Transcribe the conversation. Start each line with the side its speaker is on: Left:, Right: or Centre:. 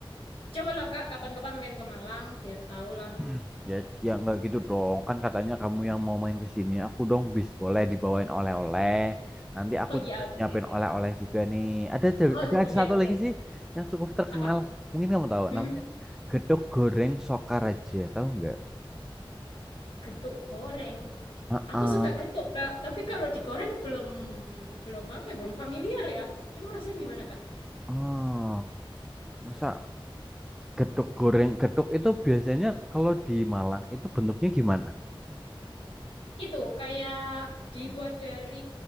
Left: Cobalah, Kak, kapan-kapan main ke Malang, biar tahu lah.
Centre: <clears throat> Ya, ya nggak gitu dong. Kan katanya kamu yang mau main ke sini, aku dong bis boleh dibawain oleh-oleh. Nanti
Left: Oh
Centre: aku
Left: iya,
Centre: juga
Left: oke,
Centre: nyiapin
Left: oke.
Centre: oleh-oleh juga nih. Ada ja-
Left: Oh,
Centre: ada
Left: boleh,
Centre: aja satu
Left: boleh.
Centre: lagi sih yang cukup terkenal.
Left: Apa?
Centre: Mungkin kamu tahu
Left: Hmm?
Centre: namanya gedok goreng Sokaraja, tahu nggak?
Left: Getuk goreng.
Centre: Heeh.
Left: Aku suka getuk, Kak. Tapi kalau digoreng belum belum apa ya, belum familiar ya. Emang rasanya gimana, Kak?
Centre: Ah, masa Gedok goreng, gedok itu biasanya kalau di Malang itu bentuknya gimana?
Left: Itu kayak dibuat dari